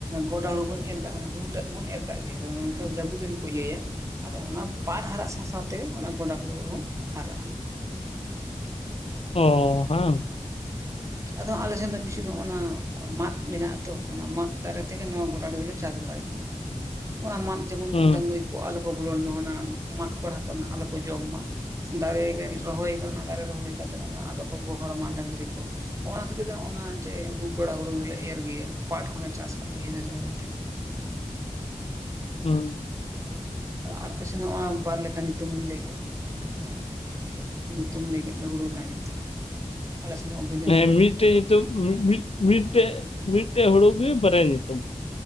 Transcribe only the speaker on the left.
ᱚ ᱦᱟᱝ
ᱦᱩᱸ
ᱦᱩ
ᱦᱮᱸ ᱢᱤᱫᱴᱮᱡ ᱧᱩᱛᱩᱢ ᱢᱤᱫ ᱢᱤᱫᱴᱮᱱ ᱢᱤᱫᱴᱮᱱ ᱦᱩᱲᱩᱜ ᱜᱮ ᱵᱟᱨᱭᱟ ᱧᱩᱛᱩᱢ ᱾